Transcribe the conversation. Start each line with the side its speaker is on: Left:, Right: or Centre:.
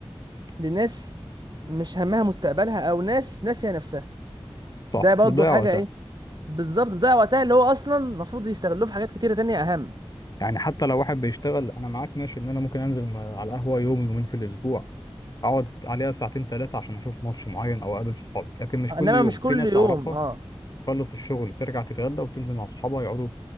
Right: للناس مش همها مستقبلها او ناس ناسيه نفسها
Left: صح
Right: ده برضه
Left: بتضيع
Right: حاجه
Left: وقتها
Right: ايه بالظبط بضيع وقتها اللي هو اصلا المفروض يستغلوه في حاجات كتيره تانية اهم
Left: يعني حتى لو واحد بيشتغل انا معاك ماشي ان انا ممكن انزل م- على القهوه يوم يومين في الاسبوع اقعد عليها ساعتين ثلاثه عشان اشوف ماتش معين او اقابل صحابي لكن مش
Right: انما
Left: كل يوم
Right: مش كل
Left: في ناس
Right: يوم
Left: اعرفها
Right: اه
Left: تخلص الشغل ترجع تتغدى وتنزل مع صحابها يقعدوا